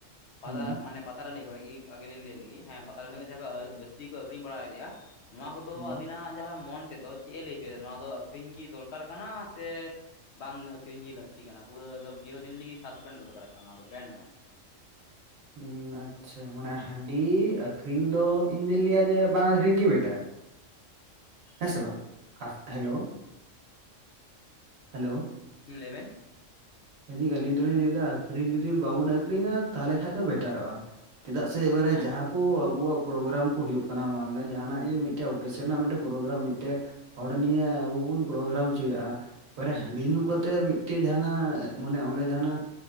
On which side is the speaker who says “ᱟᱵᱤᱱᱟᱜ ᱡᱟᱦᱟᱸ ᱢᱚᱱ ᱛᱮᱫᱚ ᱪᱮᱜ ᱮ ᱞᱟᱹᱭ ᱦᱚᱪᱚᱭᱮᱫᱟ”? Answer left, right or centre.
Left